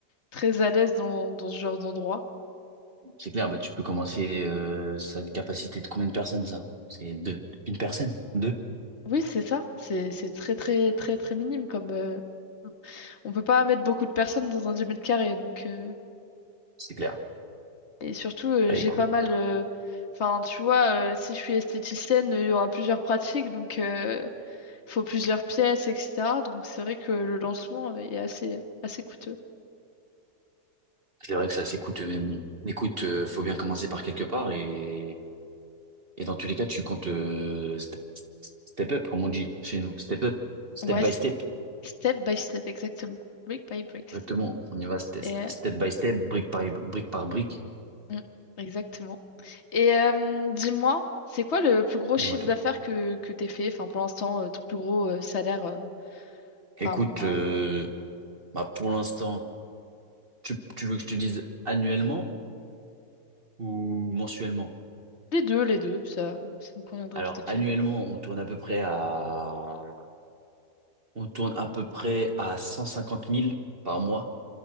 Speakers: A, on the left; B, on the right.
A: très à l'aise dans, dans ce genre d'endroit.
B: C'est clair, bah, tu peux commencer, euh, ça a une capacité de combien de personnes, ça? C'est deux. Une personne? Deux?
A: Oui, c'est ça. C'est, c'est très, très, très, très minime comme... euh, on peut pas mettre beaucoup de personnes dans un 10 mètres carrés, donc... euh,
B: C'est clair.
A: Et surtout, euh,
B: Bah,
A: j'ai
B: écoute.
A: pas mal. euh, Enfin, tu vois, euh, si je suis esthéticienne, euh, il y aura plusieurs pratiques, donc il faut plusieurs pièces, etc. Donc c'est vrai que le lancement est assez, assez coûteux.
B: C'est vrai que ça s'écoute, mais bon. Écoute, euh, faut bien commencer par quelque part et, et dans tous les cas, tu comptes, euh, st- step up, comme on dit chez nous. Step up. Step
A: Ouais,
B: by
A: c'est
B: step.
A: step by step, exactement. Brick by bricks.
B: Exactement. On y va step,
A: Et,
B: step
A: euh,
B: step by step, brique par, brique par brique.
A: mm, exactement. Et euh, dis-moi, c'est quoi le plus gros
B: Dis-moi
A: chiffre
B: tout.
A: d'affaires que, que t'aies fait? Enfin, pour l'instant, euh, ton plus gros euh, salaire euh,
B: Écoute,
A: par mois.
B: euh,
A: euh.
B: bah, pour l'instant, tu, tu veux que je te dise annuellement ou mensuellement?
A: Les deux, les deux, ça, ça me conviendrait
B: Alors,
A: tout à fait.
B: annuellement, on tourne à peu près à, on tourne à peu près à 150 000 par mois.